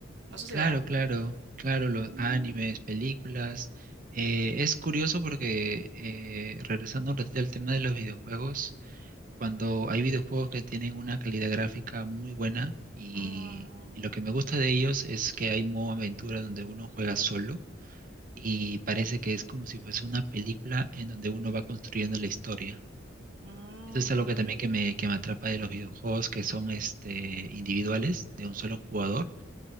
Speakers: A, on the right; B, on the right.
A: No sé
B: Claro,
A: si veas.
B: claro, claro, los
A: Mm,
B: animes, películas. Eh, es curioso porque, eh, regresando un ratito al tema de los videojuegos, cuando hay videojuegos que tienen una calidad gráfica muy buena y,
A: mm,
B: y lo que me gusta de ellos es que hay modo aventura donde uno juega solo y parece que es como si fuese una película en donde uno va construyendo la historia.
A: mm,
B: Eso es algo que también que me, que me atrapa de los videojuegos, que son este, individuales, de un solo jugador,